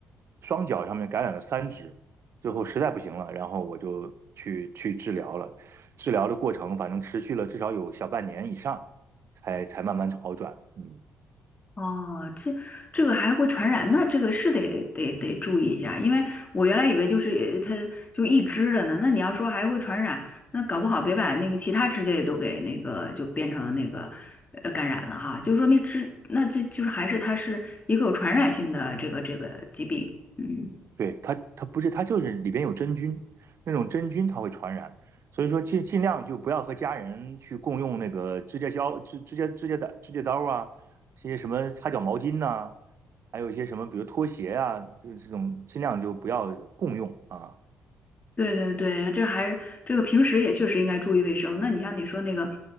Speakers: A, on the right; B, on the left.
A: 双脚上面感染了三只，最后实在不行了，然后我就去去治疗了，治疗的过程反正持续了至少有小半年以上，才才慢慢好转，嗯。
B: 哦，这这个还会传染，那这个是得得得注意一下，因为我原来以为就是它就一只的呢，那你要说还会传染，那搞不好别把那个其他指甲也都给那个就变成那个呃感染了哈，就说明只那这就是还是它是一个有传染性的这个这个疾病，嗯。
A: 对，它它不是，它就是里边有真菌，那种真菌它会传染，所以说尽尽量就不要和家人去共用那个指甲胶、指指甲指甲的指甲刀啊，这些什么擦脚毛巾呐、还有一些什么，比如拖鞋啊，就是这种尽量就不要共用啊。
B: 对对对，这还是这个平时也确实应该注意卫生。那你像你说那个，